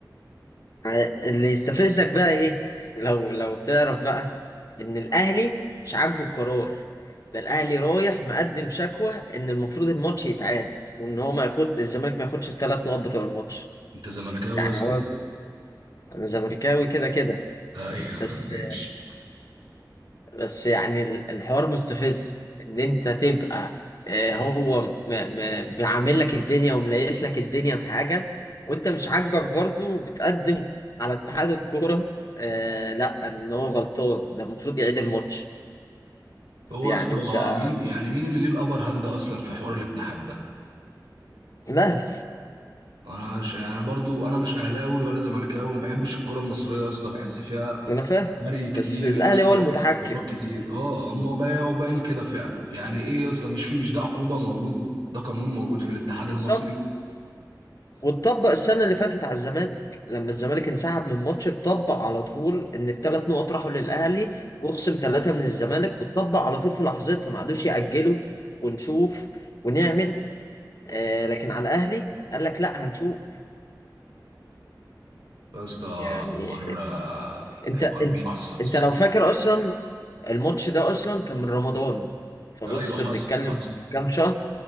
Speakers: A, on the left; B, on the right.
A: ع- اللي يستفزك بقى ايه لو لو تعرف بقى ان الاهلي مش عاجبه القرار ده الاهلي رايح مقدم شكوى ان المفروض الماتش يتعاد وان هو ما ياخد الزمالك ما ياخدش الثلاث نقط بتوع الماتش
B: انت زملكاوي
A: يعني
B: يا اسطى
A: هو انا زملكاوي كده كده
B: آه، ايوه
A: بس
B: <laughs> ماشي
A: بس يعني ال- الحوار مستفز ان انت تبقى آه، هو م- م- معامل لك الدنيا ومليس لك الدنيا في حاجه وانت مش عاجبك برضو وبتقدم على اتحاد الكوره آه لا ان هو غلطان ده المفروض يعيد الماتش
B: هو
A: يعني
B: يا اسطى
A: انت
B: مين يعني مين اللي ليه الابر هاند اصلا في حوار الاتحاد ده
A: الاهلي
B: انا مش يعني برضو انا مش اهلاوي ولا زملكاوي وما بحبش الكره المصريه يا اسطى بحس فيها
A: انا فاهم
B: هري كتير
A: بس الاهلي
B: يا اسطى
A: هو المتحكم
B: اختيارات كتير اه اما بقى وباين كده فعلا يعني ايه يا اسطى مش في مش ده عقوبه موجود ده قانون موجود في الاتحاد
A: بالظبط.
B: المصري
A: واتطبق السنة اللي فاتت على الزمالك لما الزمالك انسحب من ماتش اتطبق على طول ان الثلاث نقط راحوا للأهلي واخصم ثلاثة من الزمالك واتطبق على طول في لحظتها ما عادوش يأجلوا ونشوف ونعمل آه لكن على الأهلي قال لك لا هنشوف
B: يا اسطى
A: يعني
B: حوار آه،
A: انت
B: حوار
A: انت,
B: بيعصب
A: انت
B: الصراحه
A: لو فاكر اصلا الماتش ده اصلا كان من رمضان فبص
B: ايوه حصل
A: بنتكلم
B: حصل
A: من كام شهر